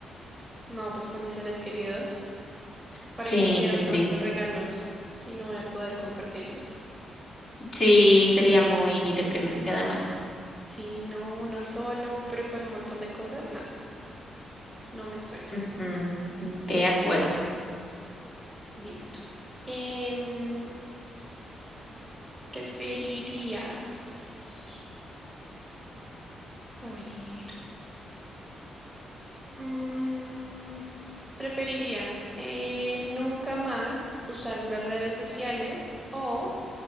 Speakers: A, in the centre; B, on the left (about 35°).
A: No, pues con mis seres queridos. ¿Para
B: Sí,
A: qué quiero
B: qué triste.
A: tantos regalos si no voy a poder compartirlos?
B: Sí, sería muy deprimente además.
A: Sí, no, uno solo, pero con un montón de cosas, no, no me suena.
B: Ujú, De acuerdo.
A: Listo. Em, ¿preferirías... A ver. mm, ¿preferirías eh, nunca más usar las redes sociales o